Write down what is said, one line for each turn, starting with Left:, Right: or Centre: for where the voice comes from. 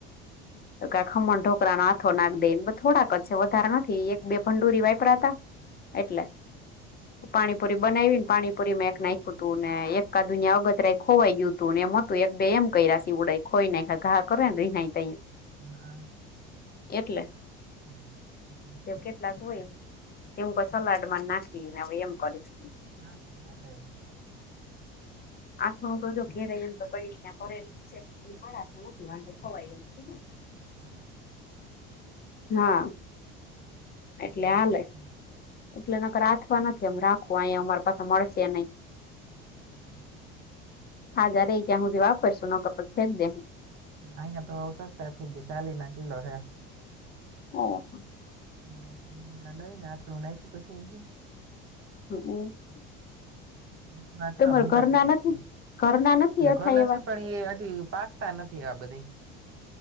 Left: તો કા ખમણ ઢોકળા નો આથો નાખી દેયને થોડાક જ છે વધારે નથી એક બે ભંડૂરી વાયપરા હતા એટલે, પાણી પુરી બનાવી ને પાણીપુરી માં એક નાખ્યું તું ને એકા <unintelligible> અગતરાય ખોવાઈ ગય હતું ને એ તું એક બે એમ ક્યા શે ઉડાખ હોય ને તો ઘા કરે ને રીહ ત
Right: હા.
Left: એટલે.
Right: હમ-હમ.
Left: તે કેટલાક હોય એ હું કે સલાડમાં નાખીને હવે એમ કરશ.
Right: હા તયાર એમ.
Left: આથો જો ઘેરે એમ તો બડીંગ ભરેલી છે. <unintelligible> મોકલવા તો ખવાય એમ છે ને.
Right: હા
Left: હા એટલે
Right: ના
Left: હાલે
Right: લ ના.
Left: એટલે એનાક આથવા નથી અમ રાખવા અહીયા અમારી પાસે મળશે નઈ.
Right: ના
Left: હા જા રહી ત્યાં હુંધી વાપરશું નો તો ફેંક દેહુ.
Right: અહિયા તો સસ્તા થઇ ગયા ચાલી ના કિલો હે.
Left: ઓહ.
Right: હા હમણાં લઈ ને આટલું નાખ્યું પછી <unintelligible>
Left: <unintelligible>
Right: વચમાં આ કેવા
Left: તમાર
Right: મોંઘા
Left: ઘરના
Right: થઇ ગ્યા
Left: નથી
Right: તા બહું જ
Left: ઘરના નથી
Right: એટલે
Left: અથાય
Right: ઘરના
Left: એવા
Right: છે પણ ઇ એ હજી પાકતા નથી એવા બધાય.